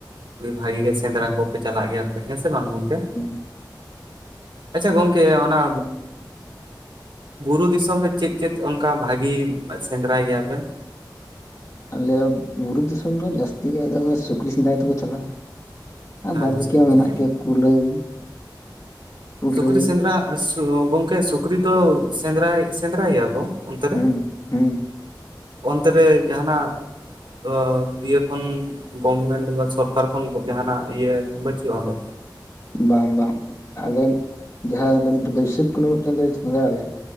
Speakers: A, on the right (about 85°); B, on the left (about 45°).
A: ᱵᱷᱟᱜᱤ ᱜᱮ ᱥᱮᱸᱫᱽᱨᱟ ᱠᱚᱯᱮ ᱪᱟᱞᱟᱜ ᱜᱮᱭᱟᱯᱮ ᱦᱮᱸ ᱥᱮ ᱵᱟᱝ ᱜᱚᱝᱠᱮ
B: <unintelligible>
A: ᱟᱪᱪᱷᱟ ᱜᱚᱝᱠᱮ ᱚᱱᱟ ᱵᱩᱨᱩ ᱫᱤᱥᱚᱢ ᱨᱮ ᱪᱮᱫ ᱪᱮᱫ ᱚᱱᱠᱟ ᱵᱷᱟᱹᱜᱤ ᱥᱮᱸᱫᱽᱨᱟᱭ ᱜᱮᱭᱟᱯᱮ
B: ᱟᱞᱮ ᱵᱩᱨᱩ ᱫᱤᱥᱚᱢ ᱫᱚ ᱡᱟᱹᱥᱛᱤ ᱜᱮ ᱫᱚᱮ ᱥᱩᱠᱨᱤ ᱥᱮᱸᱫᱽᱟᱭ ᱛᱮᱠᱚ ᱪᱟᱞᱟᱜᱼᱟ ᱟᱨ
A: ᱟᱪᱪᱷᱟ
B: ᱵᱟᱫᱽ ᱵᱟᱹᱠᱤ ᱦᱚᱸ
A: ᱟᱪᱪᱷᱟ
B: ᱢᱮᱱᱟᱜ ᱜᱮᱭᱟ ᱠᱩᱞᱟᱹᱭ ᱠᱩᱞᱟᱹᱭ
A: ᱥᱩᱠᱨᱤ ᱥᱮᱸᱫᱽᱨᱟ ᱜᱚᱢᱠᱮ ᱥᱩᱠᱨᱤ ᱫᱚ ᱥᱮᱸᱫᱽᱨᱟᱭ ᱥᱮᱸᱫᱽᱨᱟᱭ ᱜᱮᱭᱟ ᱠᱚ ᱚᱱᱛᱮ
B: ᱦᱩᱸ
A: ᱨᱮ
B: ᱦᱩᱸ
A: ᱚᱱᱛᱮ ᱨᱮ ᱡᱟᱦᱟᱱᱟᱜ ᱚ ᱤᱭᱟᱹ ᱠᱷᱚᱱ ᱜᱚᱵᱷᱢᱮᱱᱴ ᱵᱟ ᱥᱚᱨᱠᱟᱨ ᱠᱷᱚᱱ ᱡᱟᱦᱟᱱᱟᱜ ᱤᱭᱟᱹ ᱵᱟᱹᱪᱩᱜᱼᱟ ᱚᱸᱰᱮ
B: ᱵᱟᱝ ᱵᱟᱝ ᱟᱞᱮ ᱡᱟᱦᱟᱸ ᱵᱟᱹᱭᱥᱟᱹᱠᱷᱚ ᱠᱩᱱᱟᱹᱢᱤ ᱢᱤᱫᱴᱮᱱ ᱞᱮ ᱥᱮᱸᱫᱽᱨᱟᱭᱟ ᱞᱮ